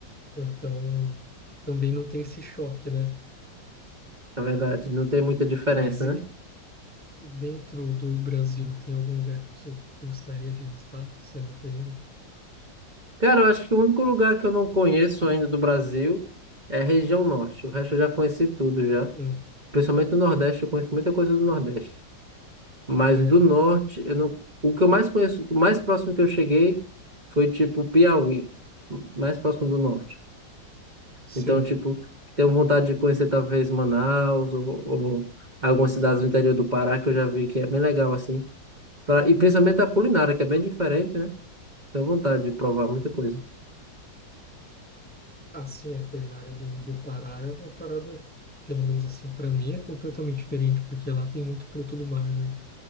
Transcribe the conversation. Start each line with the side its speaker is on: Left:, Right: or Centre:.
Left: Então, também não tem esse choque, né?
Right: É verdade. Não tem muita diferença,
Left: Mas e
Right: né?
Left: dentro do Brasil, tem algum lugar que você gostaria de visitar, que você não foi ainda?
Right: Cara, eu acho que o único lugar que eu não conheço ainda do Brasil é a região norte. O resto eu já conheci tudo já.
Left: Hum,
Right: Principalmente no Nordeste, eu conheço muita coisa do Nordeste. Mas
Left: legal.
Right: do Norte, eu não... o que eu mais conheço, o mais próximo que eu cheguei foi tipo Piauí, mais próximo do Norte.
Left: Sim.
Right: Então, tipo, tenho vontade de conhecer talvez Manaus ou, ou algumas cidades do interior do Pará que eu já vi que é bem legal assim. Pra... E principalmente a culinária, que é bem diferente, né? Tenho vontade de provar muita coisa.
Left: Assim, a culinária do, do Pará é uma parada, pelo menos assim, para mim é completamente diferente, porque lá tem muito fruto do mar, né?